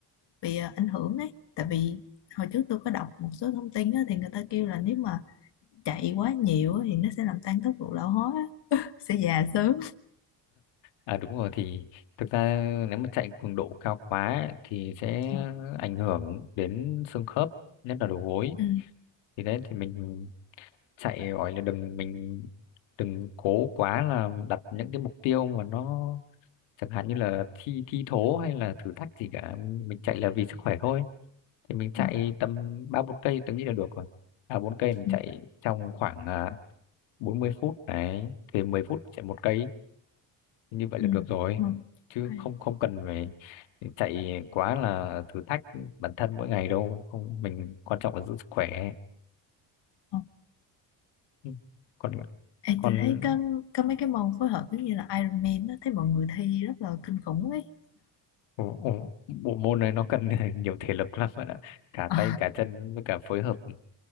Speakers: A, on the left; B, on the left.
A: bị ờ, ảnh hưởng ấy tại vì hồi trước tôi có đọc một số thông tin á, thì người ta kêu là nếu mà chạy quá nhiều á, thì nó sẽ làm tăng tốc độ lão hóa á sẽ già sớm
B: à đúng rồi thì thực ra nếu mà chạy cường độ cao quá ấy, thì sẽ
A: Ờ,
B: ảnh hưởng đến xương khớp nhất là đầu gối
A: ừ,
B: thì đấy thì mình chạy gọi là đừng mình đừng cố quá là đặt những cái mục tiêu mà nó chẳng hạn như là thi thi thố hay là thử thách gì cả mình, chạy là vì sức khỏe thôi thì mình chạy
A: ờ,
B: tầm ba bốn cây tôi nghĩ là được rồi ba bốn cây mình
A: ừ,
B: chạy trong khoảng à, 40 phút đấy thì 10 phút chạy một cây như vậy
A: ừ,
B: là được rồi
A: vâng,
B: chứ
A: ok.
B: không không cần phải chạy quá là thử thách bản thân mỗi ngày đâu không mình quan trọng là giữ sức khỏe
A: Ờ,
B: Ừ. còn
A: ê,
B: còn
A: tôi thấy có, có mấy cái môn phối hợp giống như là Iron Man á, thấy mọi người thi rất là kinh khủng ấy.
B: Ồ, ồ, bộ môn này nó cần <laughs> nhiều thể lực lắm bạn ạ cả
A: Ờ,
B: tay cả chân với cả phối hợp ừ,